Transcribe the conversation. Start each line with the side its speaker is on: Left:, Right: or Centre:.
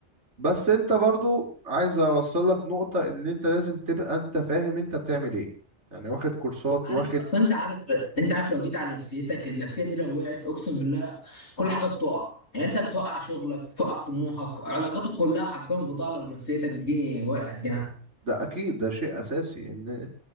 Right: بس انت برضو عايز اوصل لك نقطة ان انت لازم تبقى انت فاهم انت بتعمل ايه يعني واخد كورسات
Left: عارف
Right: واخد
Left: اصلا انت عارف انت عارف لو جيت على نفسيتك النفسيه دي لو وقعت اقسم بالله كل حاجه بتقع يعني انت بتوقع شغلك بتوقع طموحك علاقاتك كلها حرفيا بتقع لو نفسيتك دي وقعت يعني
Right: ده اكيد ده شيء اساسي ان